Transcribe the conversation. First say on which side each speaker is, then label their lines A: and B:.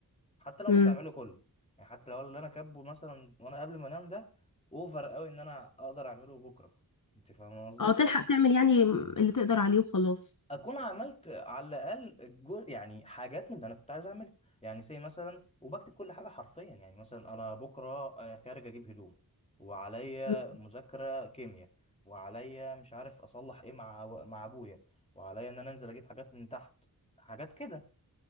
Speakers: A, on the left; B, on the left.
A: حتى لو
B: مم.
A: مش هعمله كله يعني حتى لو اللي انا كاتبه مثلا وانا قبل ما انام ده اوفر قوي ان انا اقدر اعمله بكره انت فاهم قصدي
B: اه تلحق تعمل يعني اللي تقدر عليه وخلاص
A: اكون عملت على الاقل الجزء يعني حاجات من اللي انا كنت عايز اعملها يعني زي مثلا وبكتب كل حاجه حرفيا يعني مثلا انا بكره آه، خارج اجيب هدوم وعليا
B: مم.
A: مذاكره كيمياء وعليا مش عارف اصلح ايه مع مع ابويا وعليا ان انا انزل اجيب حاجات من تحت حاجات كده